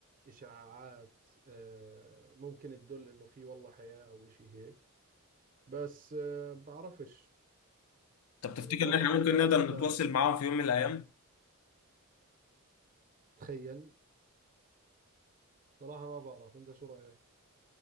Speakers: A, on the right; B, on the left.
A: إشاعات آه، ممكن تدل إنه في والله حياة أو إشي هيك بس آه، بعرفش
B: طب تفتكر
A: يعني ما
B: ان
A: بعرف
B: احنا ممكن
A: أنت
B: نقدر
A: شو ببالك
B: نتواصل معاهم في يوم من الايام
A: تخيل صراحة ما بعرف أنت شو رأيك